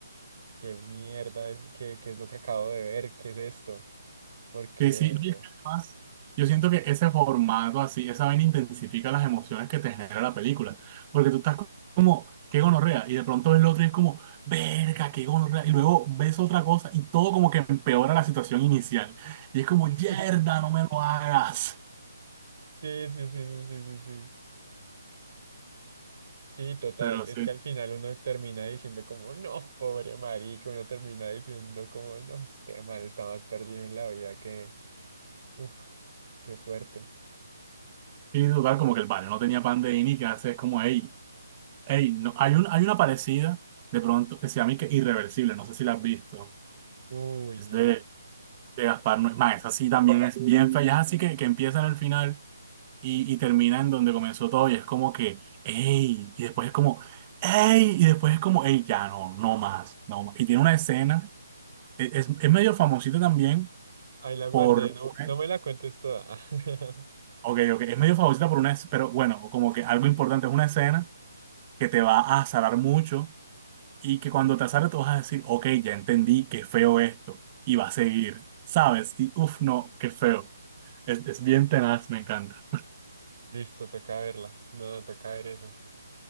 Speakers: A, on the right; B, on the right.
A: qué mierda es, qué, qué es lo que acabo de ver, qué es esto. Porque
B: Sí, sí, y es que además, yo siento que ese formato así, esa vaina intensifica las emociones que te genera la película, porque tú estás co- como, qué gonorrea, y de pronto ves lo otro y es como, verga, qué gonorrea, y luego ves otra cosa y todo como que empeora la situación inicial, y es como,
A: <laughs>
B: yerda,
A: sí,
B: no me lo hagas,
A: sí, sí, sí, sí, sí, sí, sí. Sí, total.
B: pero
A: Es
B: sí,
A: que al final uno termina diciendo como, no, pobre marica, uno termina diciendo como, no, este man está más perdido en la vida que, uff, qué fuerte.
B: y total, como que el padre no tenía pan de ni que hace, es como, hey, hey, no, hay un, hay una parecida, de pronto, que se llama y que Irreversible, no sé si la has visto,
A: Uy,
B: es
A: no.
B: de de Gaspar no es más, esa sí también es bien fea, ya es así que, que empieza en el final y, y termina en donde comenzó todo y es como que, ¡ey! Y después es como, ¡ey! Y después es como, ¡ey! Ya no, no más, no más. Y tiene una escena, e- es, es medio famosita también
A: Ahí la guardé,
B: por
A: no,
B: una,
A: no me la cuentes toda. <laughs>
B: ok, ok, es medio famosita por una, es- pero bueno, como que algo importante es una escena que te va a azarar mucho y que cuando te azare tú vas a decir, ok, ya entendí, qué feo esto, y va a seguir, ¿sabes? Y uff, no, qué feo. Es, es bien tenaz, me encanta.
A: Listo, toca verla. No, toca ver esa.